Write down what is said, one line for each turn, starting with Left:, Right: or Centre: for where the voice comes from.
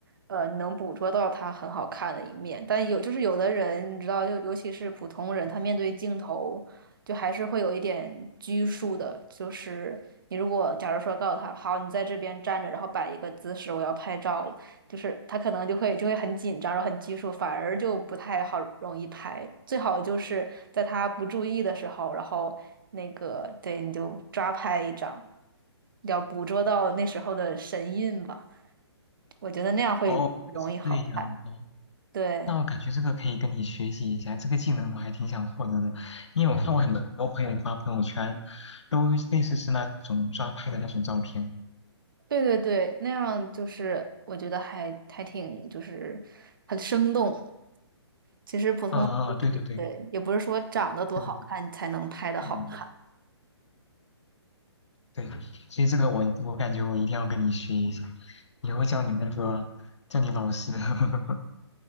Right: 呃，你能捕捉到他很好看的一面，但有就是有的人你知道，就尤其是普通人，他面对镜头就还是会有一点拘束的，就是你如果假如说告诉他，好，你在这边站着，然后摆一个姿势，我要拍照了。就是他可能就会就会很紧张，然后很拘束，反而就不太好容易拍。最好就是在他不注意的时候，然后那个对你就抓拍一张，要捕捉到那时候的神韵吧。我觉得那样会容易好看。
Left: 哦，是这样哦。
Right: 对，
Left: 那我感觉这个可以跟你学习一下，这个技能我还挺想获得的，因为我看过很多朋友发朋友圈，都类似是那种抓拍的那种照片。
Right: 对对对，那样就是我觉得还还挺就是很生动。其实普通
Left: 嗯嗯，对对对
Right: 对，也不是说长得多好看才能拍的好看，
Left: 对对对，嗯对，所以这个我我感觉我一定要跟你学一下，以后叫你那个叫你老师。<laughs>